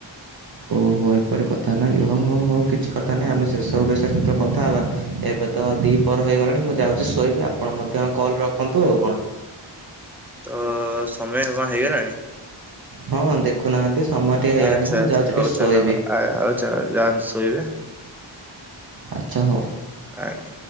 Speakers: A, on the right (about 50°); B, in the centre.
A: ଓହୋ! ଏପରି କଥା ନାହିଁ ଓହୋ! ହୋ କିଛି କଥା ନାଇଁ ଆମେ ସେ ସବୁ ବିଷୟରେ ସେଥେଳେ କଥା ହେବା। ଏବେ ଏବେ ତ ଦି ପରହ ହେଇଗଲାଣି। ମୁଁ ଯାଉଛି ଶୋଇବି। ଆପଣ ମଧ୍ୟ କଲ୍ ରଖନ୍ତୁ ଆଉ କଣ?
B: ତ ସମୟ କଣ ହେଇଗଲାଣି?
A: ହଁ ଦେଖୁନାହାନ୍ତି? ଟେ ସମୟ ଟିକେ ହେଇଲାଣି
B: ଆଚ୍ଛା
A: ତ, ମୁଁ
B: ଆଚ୍ଛା
A: ଯାଉଛି
B: ହଉ
A: ଟିକେ ଶୋଇବି।
B: ଚାଲ ଆଉ ଯାଆନ୍ତୁ ଶୋଇବେ
A: ଆଚ୍ଛା ହଉ।
B: ଆଜ୍ଞା।